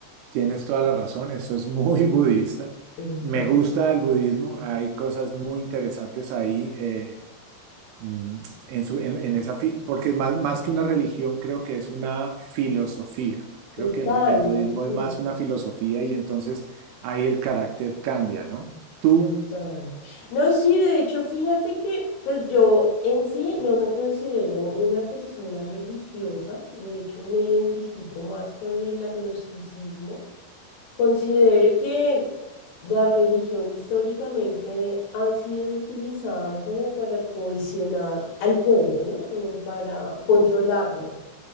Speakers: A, on the right (about 80°); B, on the left (about 65°).
A: Tienes toda la razón, eso es muy <laughs> budista.
B: <laughs>
A: Me gusta el budismo, hay cosas muy interesantes ahí. eh, mm, en su, en, en esa, fi- porque más, más que una religión creo que es una filosofía. Creo
B: Total,
A: que el, el
B: no
A: budismo
B: sé.
A: es más una filosofía y entonces ahí el carácter cambia, ¿no? Tú,
B: Total. No, sí, de hecho, fíjate que pues yo en sí no me considero una persona religiosa, de hecho me identifico más con el agnosticismo. Considero que la religión históricamente ha sido utilizada como para cohesionar al pueblo, ¿no? Como para controlarlo.